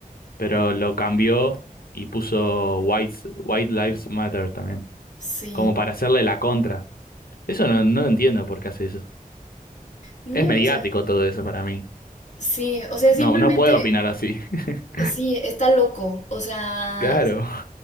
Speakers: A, on the left; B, on the left.
A: pero lo cambió y puso White, White Lives Matter también,
B: Sí,
A: como para hacerle la contra. Eso no, no lo entiendo por qué hace eso.
B: niño,
A: Es mediático
B: o sea,
A: todo eso para mí.
B: sí, o sea,
A: No,
B: simplemente...
A: no puedo opinar así. <laughs>
B: Sí, está loco. O sea,
A: Claro.